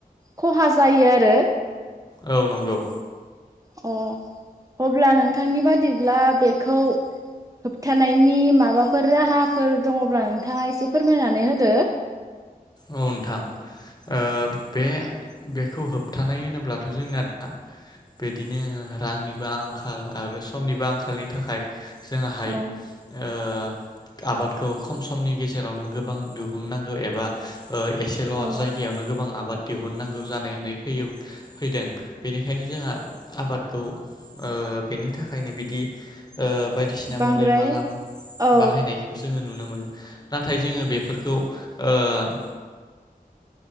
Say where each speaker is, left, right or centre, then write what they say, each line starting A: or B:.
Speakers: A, on the right; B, on the left.
A: खहा जायो आरो।
B: औ नंगौ।
A: अ अब्ला नोंथांनि बादिब्ला बेखौ होबथानायनि माबाफोर राहाफोर दङब्ला नोंथाङा एसे फोरमायनानै होदो
B: औ नोंथां ओ बे बेखौ होबथानाय होनोब्लाथ' जोंना दा बिदिनो रांनिबो आंखाल आरो समनिबो आंखालनि थाखाय जोंङाहाय
A: औ
B: ओ आबादखौ खम समनि गेजेरावनो गोबां दिहुननांगौ एबा ओ एसेल'
A: औ
B: जायगायावनो गोबां आबाद दिहुननांगौ जानाय फैयो फैदों बेनिखायनो जोंहा आबादखौ ओ बेनि थाखायनो बिदि ओ बायदिसिना
A: बांद्राय
B: मुलि मालाम
A: औ
B: बाहायनायखौ जोङो नुनो मोनो नाथाय जोङो बेफोरखौ ओ ओ